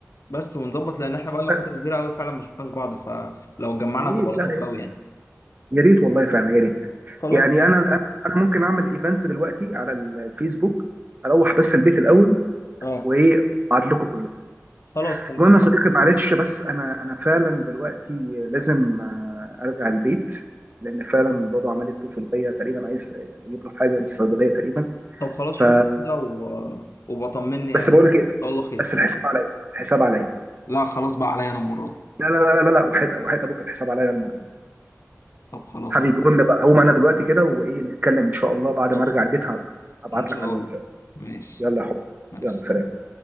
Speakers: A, on the left (about 75°); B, on the right (about 35°).
A: بس ونظبط لان احنا بقى لنا
B: آه،
A: فترة كبيرة قوي فعلا ما شفناش بعض فلو اتجمعنا
B: يا ريت
A: تبقى لطيفة
B: لا
A: قوي يعني
B: يا ريت والله فعلا يا ريت
A: خلاص
B: يعني
A: تمام
B: انا انا أنا ممكن اعمل ايفنت دلوقتي على الفيسبوك اروح بس البيت الاول
A: اه
B: وايه ابعت لكم كلهم
A: خلاص تمام
B: المهم يا صديقي معلش بس انا انا فعلا دلوقتي لازم آه، ارجع البيت لان فعلا بابا عمال يتصل بيا تقريبا عايز يجيب له حاجه من الصيدليه تقريبا
A: طب خلاص
B: ف
A: شوف كده و... وبطمني يعني
B: بس بقول
A: ان
B: لك ايه
A: شاء الله خير
B: بس الحساب عليا الحساب عليا
A: لا خلاص بقى عليا انا المرة دي
B: لا لا لا لا لا وحيد وحيد ابوك الحساب عليا المره دي
A: طب خلاص
B: حبيبي قوم بقى هقوم انا دلوقتي كده وايه نتكلم ان شاء الله بعد
A: خلاص
B: ما ارجع البيت هبعت
A: إن شاء
B: لك على الواتساب
A: الله ماشي
B: يلا يا حب
A: ماشي
B: يلا سلام